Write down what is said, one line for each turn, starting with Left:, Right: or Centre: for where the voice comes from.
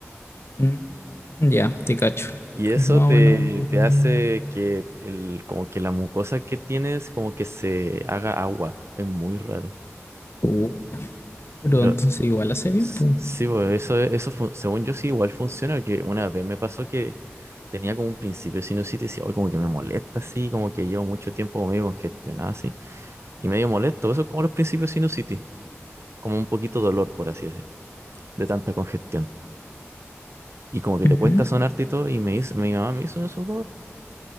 Left: Mm, ya, te cacho.
Right: Y eso
Left: Más
Right: te,
Left: o menos.
Right: te
Left: mm,
Right: hace que el, como que la mucosa que tienes como que se haga agua. Es muy raro.
Left: uh, pero
Right: Y lo-
Left: entonces igual hace bien,
Right: s-
Left: pues.
Right: sí, bo, eso, eso fun- según yo sí igual funciona, que una vez me pasó que tenía como un principio de sinusitis y decía, hoy como que me molesta así, como que llevo mucho tiempo como medio congestionado así. Y medio molesto, eso es como los principios de sinusitis, como un poquito dolor, por así decir, de tanta congestión. Y como que
Left: Ujú.
Right: te cuesta sonarte y todo, y me hizo, mi mamá me hizo eso